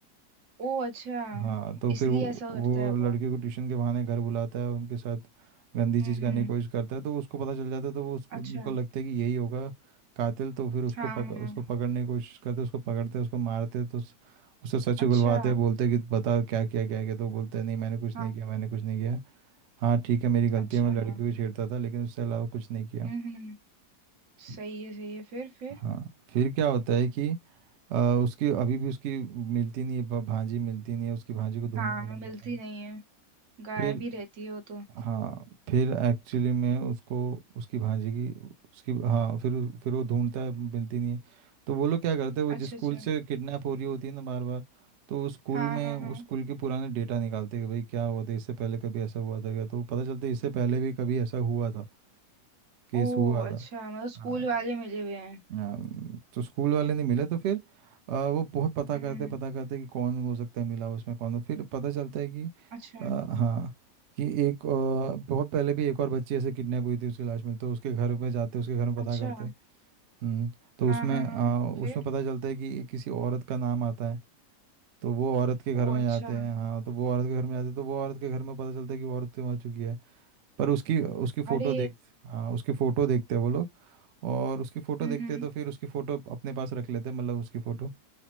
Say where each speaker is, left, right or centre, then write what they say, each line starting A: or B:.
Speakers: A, on the right (about 55°); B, on the right (about 80°).
A: ओ अच्छा
B: हाँ तो फिर
A: इसलिए
B: वो
A: ऐसा
B: वो
A: करता है
B: लड़के
A: वो
B: को ट्यूशन के बहाने घर बुलाता है उनके साथ गंदी
A: हम्म
B: चीज़ करने
A: हम्म
B: की कोशिश करता है तो उसको पता चल जाता है तो वो उसको उनको
A: अच्छा
B: लगता है कि यही होगा कातिल तो फिर उसको
A: हाँ
B: पक, उसको
A: हाँ
B: पकड़ने की कोशिश करते हैं उसको पकड़ते हैं उसको मारते हैं तो उस, उससे सच
A: अच्छा
B: उगलवाते हैं बोलते हैं कि बता क्या किया क्या किया तो वो बोलता है नहीं मैंने कुछ
A: हाँ
B: नहीं किया मैंने कुछ नहीं किया हाँ ठीक है मेरी गलती
A: अच्छा
B: है मैं
A: हम्म
B: लड़की को छेड़ता था लेकिन उससे अलावा कुछ नहीं किया
A: हम्म सही है सही है फिर फिर
B: हाँ फिर क्या होता है कि अ, उसकी अभी भी उसकी मिलती नहीं है भ- भांजी मिलती नहीं है उसकी भांजी को ढूंढने
A: हाँ
B: में लग
A: मिलती
B: जाता है
A: नहीं है गायब
B: फिर
A: ही रहती है वो तो
B: हाँ फिर एक्चुअली में उसको उसकी भांजी की उसकी हाँ फिर उस- फिर वो ढूंढता है मिलती नहीं है तो वो लोग क्या करते हैं वो जिस
A: अच्छा
B: स्कूल
A: अच्छा
B: से किडनैप हो रही होती है ना बार बार तो उस स्कूल
A: हाँ
B: में
A: हाँ
B: उस
A: हाँ
B: स्कूल के पुराने डेटा निकालते हैं कि भाई क्या हुआ था इससे पहले कभी ऐसा हुआ था क्या तो पता चलता है इससे पहले भी कभी ऐसा हुआ था केस
A: ओ
B: हुआ था
A: अच्छा मतलब स्कूल
B: हाँ
A: वाले मिले हुए हैं
B: आ, तो स्कूल वाले नहीं मिले तो फिर आ, वो बहुत पता
A: हम्म
B: करते पता करते कि कौन हो सकता है मिला उसमें कौन हो फिर पता चलता है कि
A: अच्छा
B: आ, हाँ कि एक आ, बहुत पहले भी एक और बच्ची ऐसे किडनैप हुई थी उसकी लाश मिलती तो उसके घर में जाते उसके घर में पता
A: अच्छा
B: करते हम्म तो
A: हाँ
B: उसमें
A: हाँ
B: आ,
A: हाँ
B: उसमें
A: फिर
B: पता चलता है कि किसी औरत का नाम आता है तो वो औरत के घर
A: ओ
B: में
A: अच्छा
B: जाते हैं हाँ तो वो औरत के घर में जाते हैं तो वो औरत के घर में पता चलता है कि वो औरत तो मर चुकी है पर उसकी उसकी
A: अरे
B: फोटो देख हाँ उसकी फोटो देखते हैं वो लोग और उसकी फोटो
A: हम्म
B: देखते
A: हम्म,
B: हैं तो फिर उसकी फोटो अपने पास रख लेते हैं मतलब उसकी फोटो